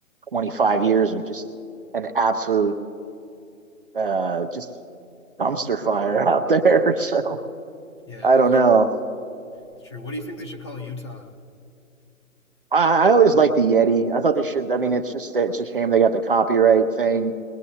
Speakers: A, on the right (about 40°); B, on the left (about 20°).
A: 25 years of just an absolute uh just dumpster fire <laughs> out there. So
B: Yeah,
A: I
B: that's,
A: don't know.
B: that's true. What do you think they should call Utah?
A: I, I always liked the Yeti. I thought they should. I mean, it's just it's a shame they got the copyright thing.